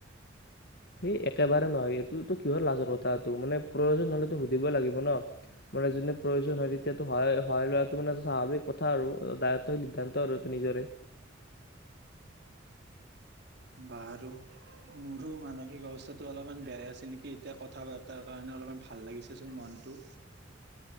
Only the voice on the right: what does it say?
বাৰো মোৰো মানসিক অৱস্থাটো অলপমান বেয়াই আছিল নেকি এতিয়া কথা বতাৰ কাৰণে অলপমান ভাল লাগিছেচোন মনটো